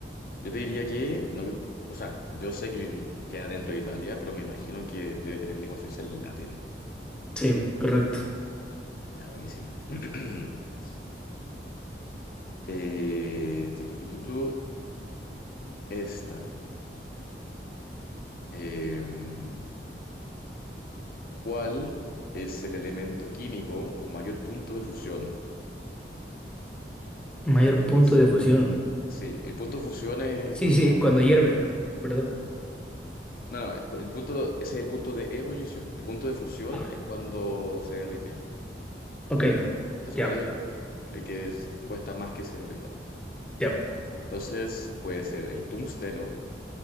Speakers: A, on the left; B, in the centre.
A: Yo te diría que, no, o sea, yo sé que el- queda dentro de Italia, pero me imagino que debe tener lengua oficial latín.
B: Sí, correcto.
A: Ya, buenísima. <clears throat> Eh, tu, tu, tu, tu, tu, esta. Em, ¿cuál es el elemento químico con mayor punto de fusión?
B: Mayor punto
A: Es-
B: de fusión.
A: Sí, el punto de fusión es
B: Sí,
A: cuando...
B: sí, cuando hierve, ¿verdad?
A: No, no, el punto, ese es el punto de ebullición. El punto de fusión
B: Ah,
A: es cuando se derrite.
B: ok,
A: Entonces,
B: ya,
A: ¿cuál es el que, el que es- cuesta más que se derrita?
B: ya.
A: Entonces, puede ser el tungsteno,